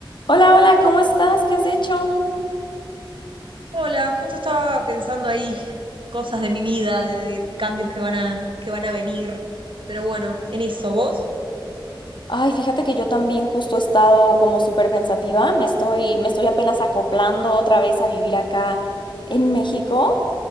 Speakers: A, on the left; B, on the right.
A: Hola, hola, ¿cómo estás? ¿Qué has hecho?
B: Hola, justo estaba pensando ahí cosas de mi vida, de, de cambios que van a, que van a venir. Pero bueno, en eso, ¿vos?
A: Ay, fíjate que yo también justo he estado como súper pensativa. Me estoy, me estoy apenas acoplando otra vez a vivir acá en México,